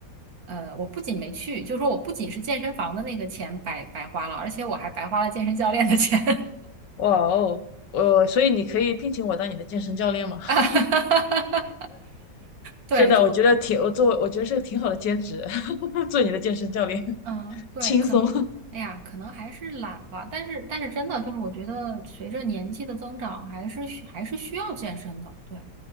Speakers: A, on the right; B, on the left.
A: 呃，我不仅没去，就说我不仅是健身房的那个钱白白花了，而且我还白花了健身教练的钱。
B: 哇哦，我所以你可以聘请我当你的健身教练吗？
A: <laughs> 啊哈哈哈哈！
B: <laughs>
A: 对，
B: 真的，我觉得挺我做，我觉得是个挺好的兼职，<laughs> 做你的健身教练
A: 嗯，
B: <laughs>
A: 对，
B: 轻松。
A: 可能，
B: <laughs>
A: 哎呀，可能还是懒吧。但是，但是真的就是，我觉得随着年纪的增长，还是需还是需要健身的。对，